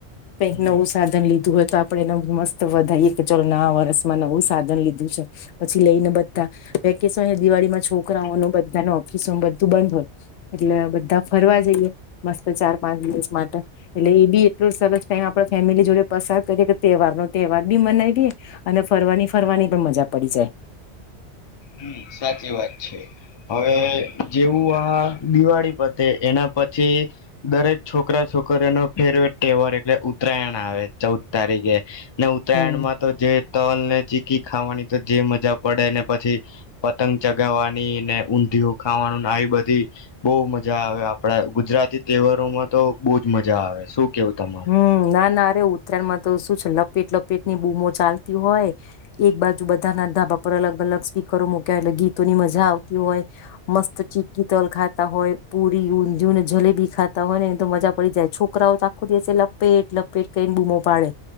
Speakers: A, on the left; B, on the left.
A: કઇક
B: હમ
A: નવું સાધન લીધું ધું હોય તો આપડે એને મસ્ત વધીએ કે ચાલો ના વર્ષમાં નવું સાધન લીધું છે પછી લઈને બધા વેકેશન દિવાળીમાં છોકરાઓનું બધા ઓફિસ બધું બંધ હોય એટલે બધા ફરવા જઈએ મસ્ત ચાર પાંચ દિવસ માટે એટલે એ બી એટલો સરસ ટાઈમ આપ ફેમિલી જોડે પસાર કરીએ કે તહેવાર નો તહેવાર બી મનાવીએ અને ફરવાની ફરવાની પણ મજા પડી જાય.
B: હમ સાચી વાત છે હવે જેવું આ દિવાળી પતે એના પછી દરેક છોકરા છોકરીઓનો ફેવરેટ તહેવાર એટલે ઉત્તરાયણ આવે ચૌદ તારીખે ઉત્તરાયણમાં
A: હમ
B: તો જે તલ ને ચિ કી ખાવાની તો જે મજા પડે એને પછી પતંગ ચગાવવાની ને ઊંધિયું ખાવાનું આવી બધી બહુ મજા આવે આપડા ગુજરાતી તહેવારો માં તો બહુજ મજા આવે શું કેવું તમારું
A: હમ ના ના અરે ઉત્તરાયણમાં તો શું છે લપેટ લપેટ ની બૂમો ચાલતી હોય એક બાજુ બધાના ધાબા પર અલગ અલગ સ્પીકરો મૂક્યા હોય એટલે ગીતોની મજા આવતી હોય મસ્ત ચીકી તલ ખાતા હોય પુરી ઊંધીને જલેબી ખાતા હોય ને તો મજા પડી જાય છોકરાઓ તો ખુદ દ લપેટ લપેટ કને ડૂમો પાડે